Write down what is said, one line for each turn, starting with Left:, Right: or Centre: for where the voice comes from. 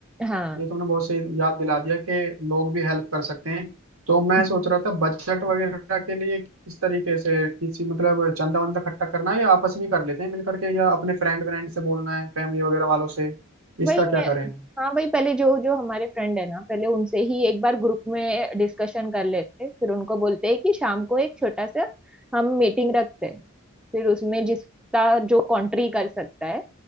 Centre: हाँ
Right: ये तुमने बहुत सही याद दिला दिया कि लोग भी हेल्प कर सकते हैं तो मैं
Centre: हम्म।
Right: सोच रहा था बजट वगैरह के लिए किस तरीके से किसी मतलब चंदा वंदा इकट्ठा करना है या आपस में ही कर लेते हैं मिल करके या अपने फ्रेंड व्रेंड से बोलना है फैमिली वगैरह वालों से इसका
Centre: वही मैं
Right: क्या करें
Centre: हाँ वही पहले जो जो हमारे फ्रेंड है ना पहले उनसे ही एक बार ग्रुप में डिस्कशन कर लेते हैं फिर उनको बोलते हैं कि शाम को एक छोटा सा हम मीटिंग रखते हैं फिर उसमें जिसका जो कंट्री कर सकता है